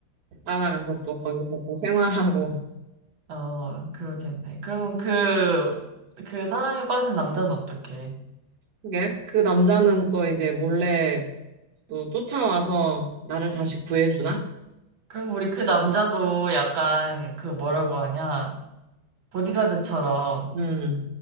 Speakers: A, on the right; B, on the right.
A: 따라가서 또 거기서 또 생활하고.
B: 어, 그러겠네. 그럼 그, 그 사랑에 빠진 남자는 어떡해?
A: 그게 그 남자는 또 이제 몰래 또 쫓아와서 나를 다시 구해주나?
B: 그럼 우리 그 남자도 약간 그 뭐라고 하냐? 보디가드처럼
A: 음,